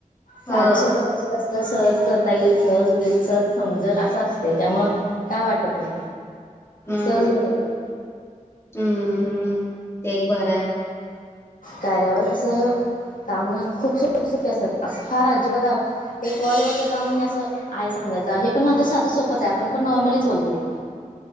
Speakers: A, on the left (about 20°); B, on the left (about 75°).
A: हा
B: साध्या सोप्या भाषेत असतय तर सहज करता येईल, सहज होईल सहज समजलं आस अ त्यामुळं काय वाटत नायी
A: हम्म
B: सहज होऊन जात.
A: हम्म, ते एक बराय.
B: कार्यावर कस काम खूप सोपी, सोपी असत्यातं असं फार अजिबात आ ते कॉलवरचं काम हे असं आहे समजायचं हे पण आता साध सोपच हाय आपण पण नॉर्मलीच बोलतोय.